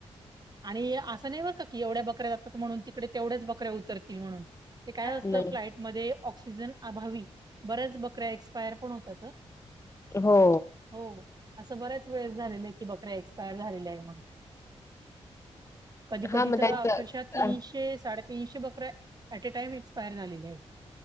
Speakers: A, on the right; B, on the left.
A: आणि आस नाय बर का की एवढ्या बकऱ्या लागतात म्हणून तिकडे तेवढ्याच बऱ्या उतरतील म्हणून. ते काय असतं
B: नाही.
A: फ्लाइटमध्ये ऑक्सिजन अभावी बऱ्याच बकऱ्या एक्सपायर पण होतात अ.
B: हो.
A: हो असं बऱ्याच वेळेस झालेलं आय की बकऱ्या एक्सपायर झालेल्या आय म. कधी
B: हा
A: कधी
B: मग
A: तर
B: त्यांचं
A: अक्षरशा तीनशे साडेतीनशे बकऱ्या ॲट टाईम एक्स पायर झालेल्या आयत.